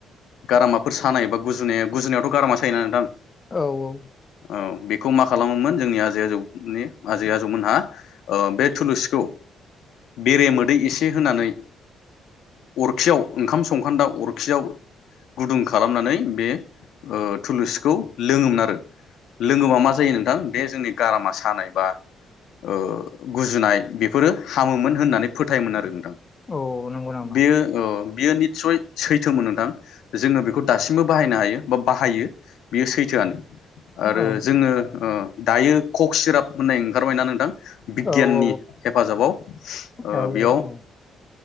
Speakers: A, on the left; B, on the left.
A: गारामाफोर सानाय बा गुजुनाया गुजुनायावथ गारामा सायो ना नोंथां
B: औ औ
A: औ बेखौ मा खालामोमोन जोंनि आजै आजौ नि आजै आजौमोनहा ओ बे थुलुसिखौ बेरे मोद दै एसे होनानै ओ अरखियाव ओंखाम संखान्दा अरखियाव गुदुं खालामनानै बे ओ थुलुसिखौ लोङोमोन आरो लोङोबा मा जायो नोंथां बे जोंनि गारामा सानाय बा ओ गुजुनाय बेफोरो हामोमोन होननानै फोथायोमोन आरो नोंथां
B: औ नंगौ नामा
A: बेयो औ बियो निस्सय सैथोमोन नोंथां। जोङो बेखौ दासिमबो बाहायनो हायो। बा बाहायो बेयो सैथोआनो। आरो
B: औ
A: जोङो ओ दायो कक सिराप होननाय ओंखारबाय ना नोंथां बिगियाननि
B: औ औ
A: हेफाजाबाव ओ
B: औ
A: बेयाव
B: औ